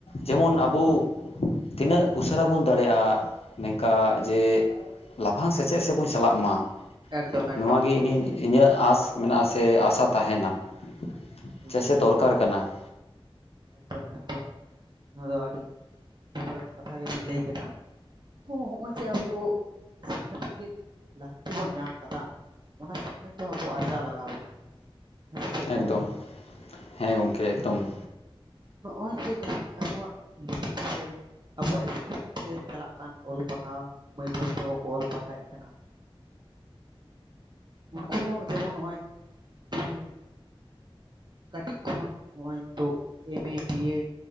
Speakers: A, on the left; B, on the right.
A: ᱡᱮᱢᱚᱱ ᱟᱵᱚ᱾ ᱛᱤᱱᱟᱹᱜ ᱩᱥᱟᱹᱨᱟ ᱵᱚᱱ᱾ ᱫᱟᱲᱮᱭᱟᱜᱼᱟ ᱱᱤᱝᱠᱟ ᱡᱮ ᱞᱟᱯᱷᱟᱝ ᱥᱮᱪᱮᱫ ᱥᱮᱫ ᱵᱚᱱ ᱪᱟᱞᱟᱜ ᱢᱟ᱾
B: ᱮᱠᱫᱚᱢ ᱮᱠᱫᱚᱢ
A: ᱱᱚᱣᱟᱜᱮ ᱤᱧ ᱤᱧᱟᱹᱜ ᱟᱥ ᱢᱮᱱᱟᱜᱟ ᱥᱮ ᱟᱥᱟ ᱛᱟᱦᱮᱱᱟ ᱾
B: ᱦᱳᱭ
A: ᱡᱮᱥᱮ
B: ᱜᱚᱢᱠᱮ
A: ᱫᱚᱨᱠᱟᱨ ᱠᱟᱱᱟ ᱾
B: ᱮᱠᱫᱚᱢ ᱮᱠᱫᱚᱢ ᱱᱚᱣᱟᱫᱚ ᱟᱹᱰᱤ᱾ ᱡᱚᱛᱷᱟᱛ ᱠᱟᱛᱷᱟ ᱜᱮᱵᱮᱱ ᱞᱟᱹᱭ ᱠᱮᱫᱟ ᱛᱚ ᱦᱚᱜᱼᱚᱭ ᱡᱮ ᱟᱵᱚ᱾ ᱥᱤᱠᱷᱱᱟᱹᱛ ᱞᱟᱹᱜᱤᱫ ᱞᱟᱦᱟᱱᱛᱤ ᱵᱚᱱ ᱧᱟᱢ ᱠᱟᱫᱟ᱾ ᱚᱱᱟ ᱥᱤᱠᱷᱱᱟᱹᱛ ᱫᱚ ᱟᱵᱚ ᱟᱨᱡᱟᱣ ᱞᱟᱜᱟᱣ ᱵᱚᱱᱟ᱾ ᱦᱮᱸ ᱥᱮ ᱪᱮᱫ
A: ᱮᱠᱫᱚᱢ
B: ᱜᱚᱝᱠᱮ
A: ᱦᱮᱸ ᱜᱚᱢᱠᱮ ᱮᱠᱫᱚᱢ᱾
B: ᱱᱚᱜᱼᱚᱭ ᱡᱮ ᱛᱮᱦᱤᱧ ᱟᱵᱚᱣᱟᱜ ᱞᱤᱯᱤ ᱛᱮᱥᱮ᱾ ᱟᱵᱚᱣᱟᱜ ᱮᱥᱠᱨᱤᱯ ᱛᱮ ᱪᱟᱞᱟᱜ ᱠᱟᱱ ᱚᱞ ᱯᱟᱲᱦᱟᱣ ᱢᱟᱹᱭ ᱵᱟᱹᱵᱩ ᱛᱟᱠᱚ ᱠᱚ ᱚᱞ ᱯᱟᱲᱦᱟᱣᱮᱫ ᱠᱟᱱᱟ ᱾ ᱩᱱᱠᱩ ᱦᱚᱸ ᱡᱮᱢᱚᱱ ᱱᱚᱜᱼᱚᱭ ᱛᱮᱦᱤᱧ᱾ ᱠᱟᱹᱴᱤᱡ ᱠᱷᱚᱱ ᱦᱚᱜᱼᱚᱭ ᱱᱤᱛᱚᱜ ᱮᱢᱮ ᱵᱤᱭᱮ